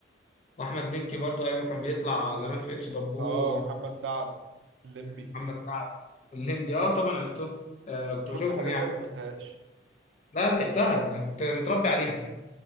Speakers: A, on the left; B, on the right.
A: واحمد مكي برضو ايام ما كان بيطلع زمان في اتش دبور
B: اه ومحمد سعد الليمبي
A: ومحمد سعد والليمبي اه طبعا عرفتهم آه كنت
B: شفت
A: بشوفهم
B: الحاجات
A: يعني
B: دي ولا ما حيتهاش
A: لا لحقتها انا كنت متربي عليها